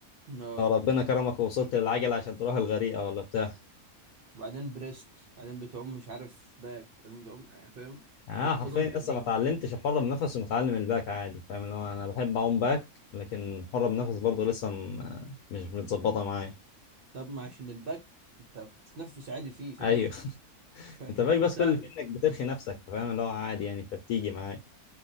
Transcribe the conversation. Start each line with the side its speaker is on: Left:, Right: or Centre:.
Right: لا
Left: لو ربنا كرمك ووصلت للعجله عشان تروح الغريقه ولا بتاع
Right: وبعدين بريست بعدين بتعوم مش عارف باك بعدين بتعوم يعني فاهم
Left: يعني
Right: انت
Left: انا
Right: بتاخدهم
Left: حرفيا
Right: تدريج
Left: لسه ما اتعلمتش
Right: بقى
Left: الحره بنفس ومتعلم الباك عادي فاهم اللي هو انا بحب اعوم باك لكن الحره بنفس برضه لسه م- مش متظبطه معايا
Right: طب ما عشان الباك انت بتتنفس عادي فيه فاهم
Left: ايوه <laughs>
Right: <laughs> ف-
Left: انت باك بس
Right: فسهل
Left: كل اللي فيه انك بترخي نفسك فاهم اللي هو عادي يعني فبتيجي معايا